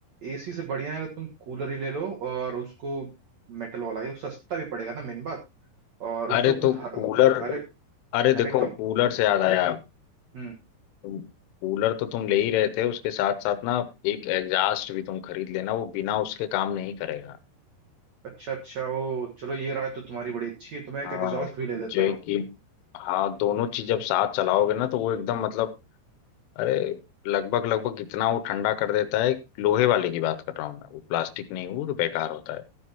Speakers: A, on the right (about 80°); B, on the left (about 85°).
A: एसी से बढ़िया है कि तुम कूलर ही ले लो और उसको मेटल वाला ही वो सस्ता भी पड़ेगा ना मेन बात और
B: अरे
A: उसको अपने
B: तो
A: ह-
B: कूलर
A: हर एक
B: अरे देखो
A: हर एक कम
B: कूलर से याद आया
A: हम्म
B: कूलर तो तुम ले ही रहे थे उसके साथ साथ ना एक एग्जास्ट भी तुम खरीद लेना वो बिना उसके काम नहीं करेगा
A: अच्छा अच्छा ओ चलो ये राय तो तुम्हारी बड़ी अच्छी है तो मैं एक
B: हाँ
A: एग्जॉस्ट भी ले लेता
B: जो है
A: हूँ
B: कि हाँ दोनों चीज जब साथ चलाओगे ना तो वो एकदम मतलब अरे लगभग लगभग इतना वो ठंडा कर देता है लोहे वाले की बात कर रहा हूँ मैं वो प्लास्टिक नहीं वो तो बेकार होता है